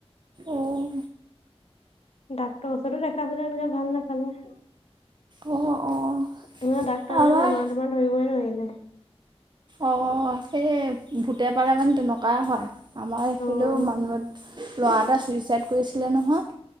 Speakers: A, on the right; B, on the left.
A: অঁ
B: ডাক্টৰৰ ওচৰতো দেখাইছিলে এনেকে ভাল নোপালে আমাৰ
A: অ', অ',
B: ডাক্তৰ
A: আমাৰ
B: মানে বেমাৰ তোমাৰ ধৰিবই নোৱাৰিলে
A: অ সেই ভূতে পালে মানে তেনেকুৱা হয় আমাৰ এইফালেও
B: অ'
A: মানুহৰ ল'ৰা এটা ছুইচাইড কৰিছিলে নহয়